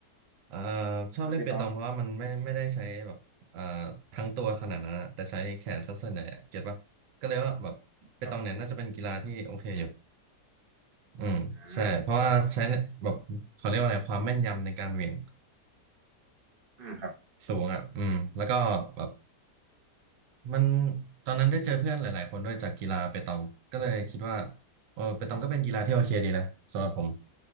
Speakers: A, on the right; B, on the right.
A: เอ่อชอบเล่นเปตองเพราะว่ามันไม่ไม่ได้ใช้แบบเอ่อ
B: อ่าไปตอง
A: ทั้งตัวขนาดนั้นอะแต่ใช้แขนซะส่วนใหญ่อะเก็ตปะก็เลยว่าแบบเปตองเนี่ยน่าจะเป็นกีฬาที่โอเคอยู่
B: ครับ
A: อืมใช่เพราะว่าใช้แบบเขาเรียกว่าอะไรความแม่นยำในการเหวี่ยง
B: อ่าอ่าครับ
A: สูงอ่ะอืมแล้วก็แบบ มันตอนนั้นได้เจอเพื่อนหลาย ๆ คนด้วยจากกีฬาเปตองก็เลยคิดว่าเออเปตองก็เป็นกีฬาที่โอเคดีนะสำหรับผม
B: อ๋อ